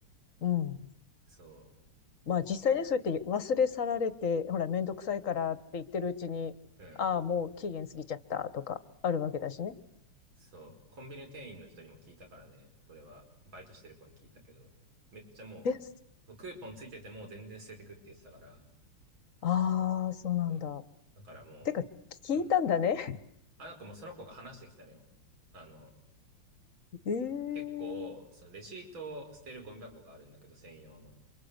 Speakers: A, on the left; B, on the right.
A: うん。
B: そう。
A: まあ実際ね、そうやって忘れ去られて、ほら、めんどくさいからって言ってるうちに、
B: うん。
A: ああ、もう期限過ぎちゃったとか、あるわけだしね。
B: そう。コンビニ店員の人にも聞いたからね。それは、バイトしてる子に聞いたけど、めっちゃもう、
A: え、
B: クーポンついてても全然捨ててくって言ってたから、
A: ああ、そうなんだ。
B: うん。だからも
A: てか、聞いたんだね。
B: う、うん。あ、なんかもうその子が話してきたのよ。あの、
A: <laughs> ええう
B: 結構、そのレシートを捨てるゴミ箱があるんだけど、専用の。